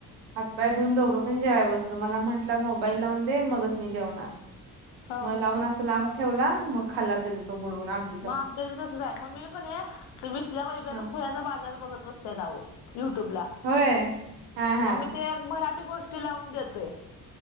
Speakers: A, on the right; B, on the left.
A: हातपाय धऊन दोघं पण जेवाय बसलो मला म्हटलं मोबाईल लावून दे मगच मी जेवणार
B: ह
A: मग लावून असं लांब ठेवला मग खाल्ला त्याचा तो बुडवून आम ठेव
B: मग आमच्याती तसंच आहे मग मी पण आहे बसल्या वैबी
A: हा
B: खोयाचा बाजारवर बघत बसत ेतऊ युट्यूबला
A: होय हा हा
B: मग मी ते मराठी गोष्टी लावून देतोय